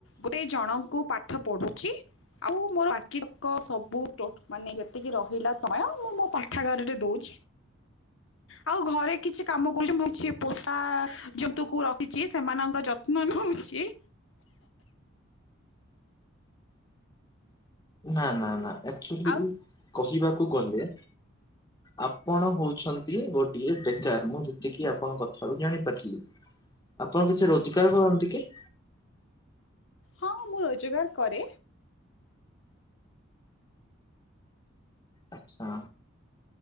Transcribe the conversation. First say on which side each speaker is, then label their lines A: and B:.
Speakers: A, on the left (about 70°); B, on the left (about 20°).
A: ଗୋଟେ ଜଣଙ୍କୁ ପାଠ ପଢୁଚି ଆଉ ମୋର ବାକି ତକ ସବୁ ଟୋ ମାନେ ଯେତିକି ରହିଲା ସମୟ ମୁଁ ମୋ ପାଠାଗାରରେ ଦୋଉଛି। ଆଉ ଘରେ କିଛି କାମ କରୁଚି। ମୁଁ କିଛି ପୋଷା ଜନ୍ତୁକୁ ରଖିଚି ସେମାନଙ୍କର ଯତ୍ନ ନୋଉଛି।
B: ନା ନା ନା ଆକ୍ଚୁଲି
A: ଆଉ
B: କହିବାକୁ ଗଲେ ଆପଣ ହୋଉଚନ୍ତି ଗୋଟିଏ ବେକାର୍ ମୁଁ ଯେତିକି ଆପଣଙ୍କ କଥାରୁୁ ଜାଣିପାରିଲି। ଆପଣ କିଛି ରୋଜଗାର କରନ୍ତି କି?
A: ହଁ ମୁଁ ରୋଜଗାର କରେ।
B: ଆଚ୍ଛା।